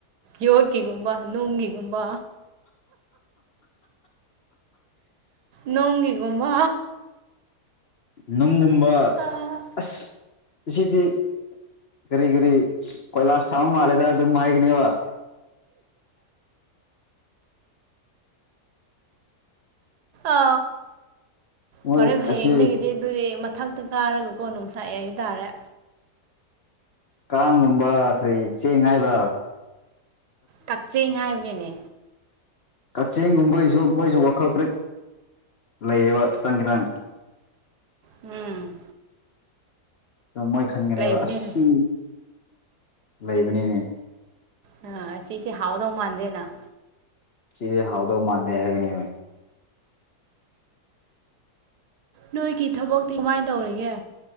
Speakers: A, on the right; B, on the left.
A: ꯌꯣꯀꯤꯒꯨꯝꯕ ꯅꯨꯡꯒꯤꯤꯒꯨꯝꯕ ꯅꯣꯡꯉꯤꯒꯨꯝꯕ
B: ꯅꯨꯡꯒꯨꯝꯕ
A: ꯑꯥ
B: ꯑꯁ ꯑꯁꯤꯗꯤ ꯀꯔꯤ ꯀꯔꯤ ꯀꯣꯏꯂꯥꯁ ꯊꯥꯕ ꯃꯥꯜꯂꯦꯗ ꯑꯗꯨꯝ ꯍꯥꯏꯒꯅꯦꯕ <inaudible>
A: ꯑ
B: ꯃꯣꯏ
A: ꯐꯣꯔꯦꯟ ꯍꯌꯦꯡꯗꯒꯤꯗꯤ
B: ꯑꯁꯤ
A: ꯑꯗꯨꯗꯤ ꯃꯊꯛꯇ ꯀꯥꯔꯒꯀꯣ ꯁꯥꯏ ꯇꯥꯔꯦ
B: ꯀꯥꯡꯒꯨꯝꯕ ꯀꯔꯤ ꯆꯦꯡ ꯍꯥꯏꯥꯏꯕ꯭ꯔꯥ
A: ꯀꯛꯆꯦꯡ ꯍꯥꯏꯕꯅꯤꯅꯦ
B: ꯀꯛꯆꯤꯡꯒꯨꯝꯕꯒꯤꯁꯨ ꯃꯣꯏꯁꯨ ꯋꯥꯈꯜ ꯀꯔꯤ ꯂꯩꯌꯦꯕ ꯀꯈꯤꯇꯪ ꯀꯈꯤꯇꯪ
A: ꯎꯝ
B: ꯑꯣ ꯃꯣꯏ ꯈꯟꯒꯅꯤ
A: ꯂꯩꯕꯅꯤꯅꯦ
B: ꯍꯥꯏꯕ ꯑꯁꯤ ꯂꯩꯕꯅꯤꯅꯦ
A: ꯑ ꯑꯁꯤꯁꯤꯁꯤ ꯍꯥꯎꯥꯎꯗ ꯃꯥꯥꯟꯗꯅ
B: ꯆ ꯍꯥꯎꯗꯧ ꯃꯥꯥꯟꯗ ꯍꯥꯏꯒꯅꯦ
A: ꯅꯣꯏꯒꯤ ꯊꯕꯛꯇꯤ ꯀꯃꯥꯏꯅ ꯇꯧꯔꯤꯒꯦ